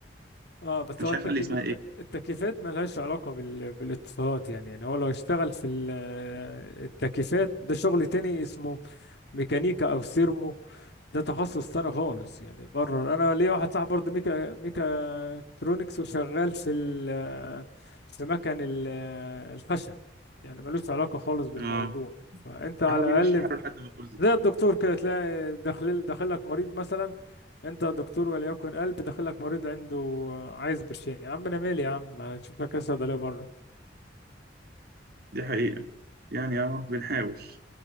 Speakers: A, on the left; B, on the right.
A: اه بس
B: مش
A: هو التكي...
B: عارف قال لي اسمها
A: الت...
B: ايه كده
A: التكييفات ملهاش علاقة بال... بالاتصالات يعني يعني هو لو اشتغل في ال- التكييفات ده شغل تاني اسمه ميكانيكا او سيرمو ده تخصص تاني خالص يعني بره انا ليا واحد صاحبي برضه ميكا ميكا الكترونكس وشغال في ال في مكن ال- الخشب يعني ملوش علاقة خالص بالموضوع
B: اه
A: فانت على
B: هو بيمشي
A: الاقل
B: حاله لحد ما توصل
A: زي الدكتور كده تلاقي داخل داخلك مريض مثلا انت دكتور وليكن قلب داخلك مريض عنده عايز برشام يا عم انا مالي يا عم ما تشوف لك ايه صيدليه بره
B: دي حقيقه يعني اهو بنحاول